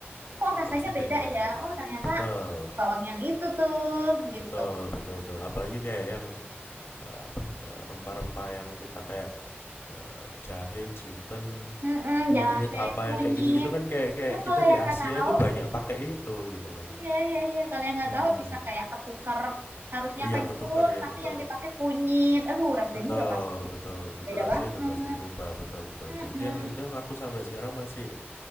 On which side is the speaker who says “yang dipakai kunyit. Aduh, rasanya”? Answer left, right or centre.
Right